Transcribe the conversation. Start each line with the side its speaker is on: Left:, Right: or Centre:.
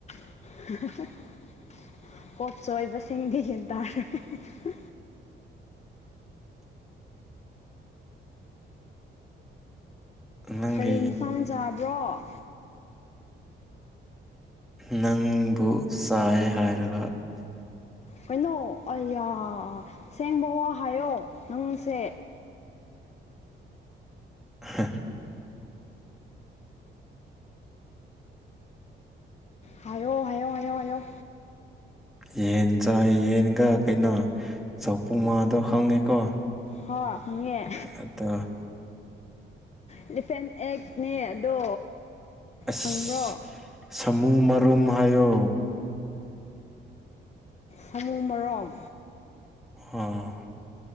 Left: <unintelligible> ꯀꯣꯛꯆꯣꯏꯕꯁꯤꯡꯗꯤ ꯍꯦꯟ <unintelligible>
Centre: ꯅꯪꯒꯤ
Left: ꯀꯔꯤ ꯏꯟꯁꯥꯡ ꯆꯥꯕ꯭ꯔꯣ꯫
Centre: ꯅꯪꯕꯨ ꯆꯥꯏ ꯍꯥꯏꯔꯒ꯫
Left: ꯀꯩꯅꯣ ꯑꯩꯌꯥ ꯑꯁꯦꯡꯕ ꯋꯥ ꯍꯥꯏꯌꯣ ꯅꯪꯁꯦ
Centre: ꯍꯥ
Left: ꯍꯥꯏꯌꯣ ꯍꯥꯏꯌꯣ ꯍꯥꯏꯌꯣ ꯍꯥꯏꯌꯣ꯫
Centre: ꯌꯦꯟ ꯆꯥꯏ ꯌꯦꯟꯒ ꯀꯩꯅꯣ ꯆꯧꯄꯨꯃꯉꯥꯗꯣ ꯈꯪꯉꯤꯀꯣ꯫
Left: ꯍꯣꯏ ꯈꯪꯉꯦ꯫
Centre: ꯑꯗꯣ
Left: ꯏꯂꯤꯐꯦꯟ ꯑꯦꯛꯅꯦ ꯑꯗꯣ꯫
Centre: ꯑꯁ
Left: ꯈꯪꯕ꯭ꯔꯣ
Centre: ꯁꯥꯃꯨ ꯃꯔꯨꯝ ꯍꯥꯏꯌꯣ꯫
Left: ꯁꯥꯃꯨ
Centre: ꯑ
Left: ꯃꯔꯣꯝ
Centre: <inaudible>